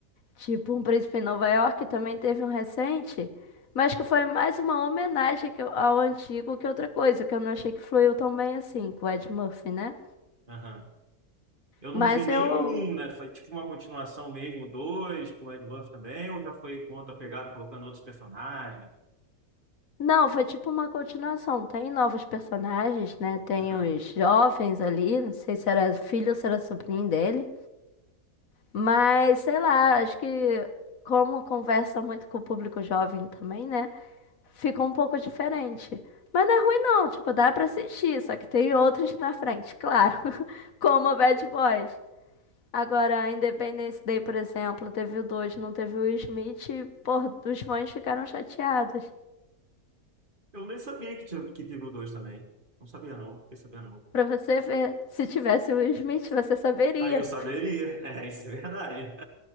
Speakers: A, on the left; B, on the right.
A: Tipo, Um Príncipe em Nova York também teve um recente, mas que foi mais uma homenagem que eu- ao antigo que outra coisa, que eu não achei que fluiu tão bem assim, com o Ed Murphy, né?
B: Aham. Eu
A: Mas
B: não vi nenhum
A: eu,
B: um, né? Foi tipo uma continuação mesmo, dois, com o Ed Buff também, ou já foi com outra pegada, colocando outros personagens.
A: Não, foi tipo uma continuação. Tem novos personagens, né? Tem
B: Aham.
A: os jovens ali, não sei se era filho ou se era sobrinho dele. Mas sei lá, acho que como conversa muito com o público jovem também, né? Ficou um pouco diferente. Mas não é ruim não, tipo, dá pra assistir, só que tem outros na frente, claro. <laughs> Como o Bad Boys. Agora, Independence Day, por exemplo, teve o 2, não teve o Will Smith, e, pô, os fãs ficaram chateados.
B: Eu nem sabia que, tinha- que teve o dois também. Não sabia, não. Fiquei sabendo, não.
A: Pra você ver, se tivesse o Will Smith, você saberia.
B: Aí eu saberia. <laughs> É, isso é verdade.